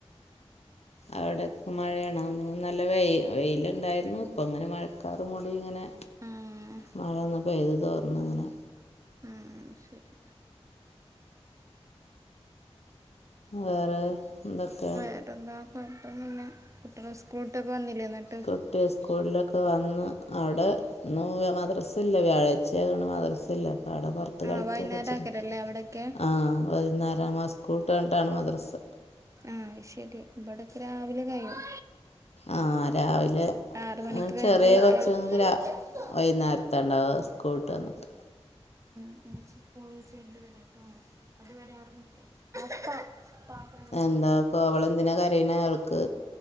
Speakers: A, on the left; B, on the right.
A: അവിടെൊക്കെമഴ ആണോ ഇന്ന് ഇന്നലെ വെ വെയിലുണ്ടായിരുന്നു ഇപ്പങ്ങനെ മഴക്കാറ് മൂടി ഇങ്ങനെ.
B: ഉം
A: മഴ ഒന്ന് പെയ്തുതോർന്നിങ്ങനെ.
B: ഉം ശരി.
A: വേറെ എന്തൊക്കെ?
B: ന്നിട്ടെന്താ കൊഴപ്പൊന്നുല്ല കുട്ടികൾ സ്കൂള്ട്ടൊക്കെ വന്നില്ലേ ന്നിട്ട്.
A: കുട്ടി സ്കൂളിലൊക്കെ വന്ന് അവിടെ. ഇന്ന് മദ്രസില്ല വ്യാഴാഴ്ചയായോണ്ട് മദ്രസ ില്ല അപ്പൊ അവിടെ പുറ പുറത്തു
B: ആഹ്
A: കളിക്കാ
B: വൈകുന്നേരം
A: കുറച്ചു
B: ആക്കലല്ലേ
A: നേരം
B: അവിടൊക്കെ
A: ആ വൈകുന്നരാണ് ഇസ്കൂള് വിട്ട ന്നിട്ടാണ് മദ്രസ്.
B: ആഹ ശരി ഇവിടക്കെ രാവിലെ കഴിയും
A: ആ രാവിലെ
B: ആറ് മണിക്ക് കഴിഞ്ഞിട്ട്
A: ചെറിയ കൊച്ച <inaudible> വൈകുന്നേരത്തണ്ടാവ സ്കൂളിട്ട് വന്നിട്ട്
B: ഇമ്മച്ചി ഫോൺ വിളിച്ച് കഴിഞ്ഞിട്ട് വരാം ട്ടോ അതുവരെ അവിടെ നിക്! ! <inaudible>
A: എന്താപ്പോ അവള് എന്തിനാ കരയണ അവൾ ക്ക്